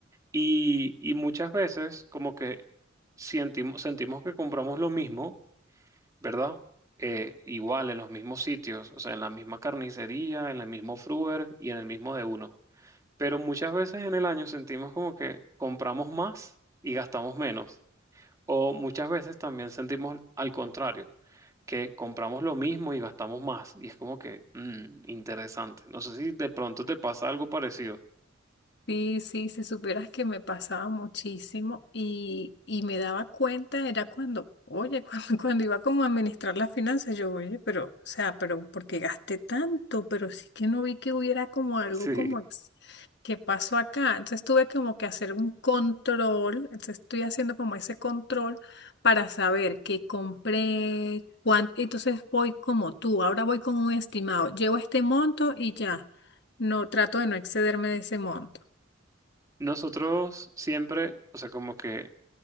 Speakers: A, on the right; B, on the left.
A: Y, y muchas veces como que sentimos, sentimos que compramos lo mismo ¿verdad? Eh, igual en los mismos sitios, o sea, en la misma carnicería, en el mismo fruver y en el mismo de uno. Pero muchas veces en el año sentimos como que compramos más y gastamos menos. O muchas veces también sentimos al contrario, que compramos lo mismo y gastamos más. Y es como que, mm, interesante. No sé si de pronto te pasa algo parecido.
B: Sí, sí, si supieras que me pasaba muchísimo y, y me daba cuenta, era cuando, oye, <laughs> cuando, cuando iba como a administrar las finanzas, yo, oye, pero, o sea, pero ¿por qué gasté tanto? Pero sí que no vi que hubiera como algo
A: Sí.
B: como ex- que pasó acá. Entonces tuve como que hacer un control, entonces estoy haciendo como ese control para saber qué compré, cuánto, entonces voy como tú, ahora voy con un estimado, llevo este monto y ya. No, trato de no excederme de ese monto.
A: Nosotros siempre, o sea, como que